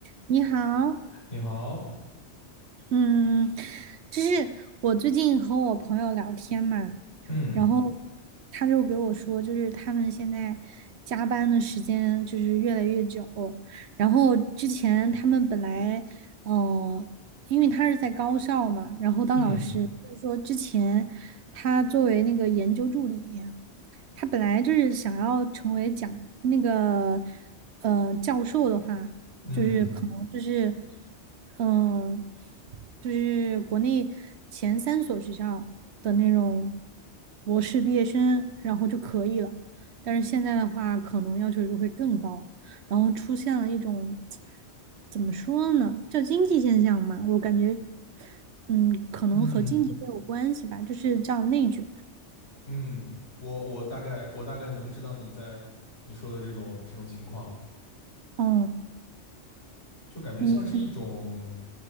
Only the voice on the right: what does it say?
你好，
嗯，就是我最近和我朋友聊天嘛，
然后他就给我说，就是他们现在加班的时间就是越来越久，然后之前他们本来，呃，因为他是在高校嘛，然后当老师，
就是说之前他作为那个研究助理。他本来就是想要成为讲那个呃教授的话，
就是可能就是嗯、呃就是国内前三所学校的那种博士毕业生，然后就可以了。但是现在的话，可能要求就会更高，然后出现了一种怎么说呢，叫经济现象嘛，我感觉嗯，可能和经济更有关系吧，
就是叫内卷。
嗯，
你你